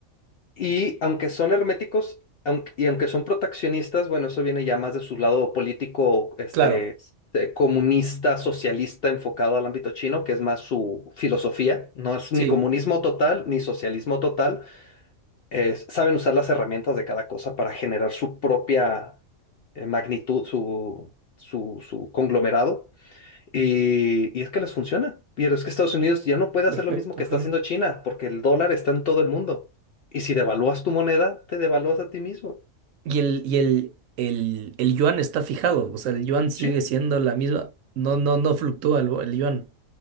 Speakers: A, on the left (about 60°); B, on the right (about 75°).
A: Y aunque son herméticos aunque- y aunque son proteccionistas, bueno, eso viene ya más de su lado político, este,
B: Claro.
A: eh, comunista, socialista, enfocado al ámbito chino, que es más su filosofía. No es ni
B: Sí.
A: comunismo total ni socialismo total. Es- saben usar las herramientas de cada cosa para generar su propia eh, magnitud, su, su, su conglomerado. Y, y es que les funciona. Pero es que Estados Unidos ya no puede
B: Perfecto.
A: hacer lo mismo que
B: ajá.
A: está haciendo China, porque el dólar está en todo el mundo. Y si devalúas tu moneda, te devalúas a ti mismo.
B: Y el, y el, el, el yuan está fijado. O sea, el yuan sigue
A: Sí.
B: siendo la misma. No, no, no fluctúa el, bo- el yuan.